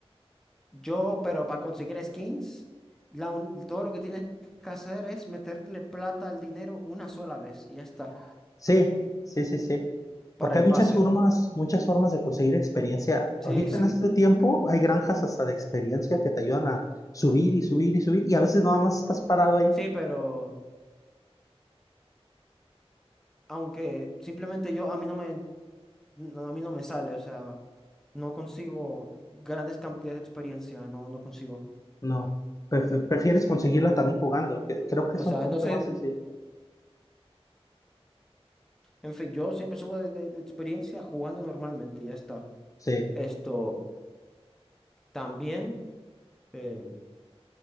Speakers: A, in the centre; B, on the left (about 30°).
A: yo, pero para conseguir skins, la un- todo lo que tienes que hacer es meterle plata al dinero una sola vez y ya está,
B: Sí, sí, sí, sí.
A: para
B: Porque
A: el
B: hay muchas
A: pase.
B: formas, muchas formas de conseguir experiencia.
A: Sí,
B: Ahorita
A: sí,
B: en este tiempo hay granjas hasta de experiencia que te ayudan a subir y subir y subir y a veces nada más estás parado ahí.
A: sí, pero aunque simplemente yo, a mí no me No, a mí no me sale, o sea, no consigo grandes cantidades de experiencia, no, no consigo.
B: No, pref- prefieres conseguirla también jugando. que- Creo que
A: O
B: es
A: sea,
B: un poquito
A: no sé,
B: más sencillo.
A: en fin, yo siempre subo de, de- de experiencia jugando normalmente, ya está.
B: Sí,
A: Esto también, em,